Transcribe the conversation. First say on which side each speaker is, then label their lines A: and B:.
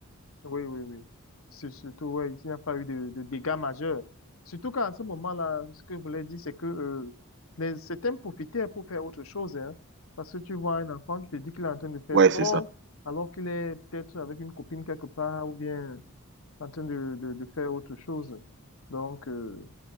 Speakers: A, on the left (about 70°); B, on the right (about 50°).
A: Oui, oui, oui. C'est Surtout, ouais, il n'y a pas eu de, de dégâts majeurs. Surtout qu'à ce moment-là, ce que je voulais dire, c'est que euh, les, certains profitaient pour faire autre chose. Hein, parce que tu vois un enfant, tu te dis qu'il est en train de faire
B: Ouais,
A: sport,
B: c'est ça.
A: alors qu'il est peut-être avec une copine quelque part ou bien en train de, de, de faire autre chose. Donc, euh,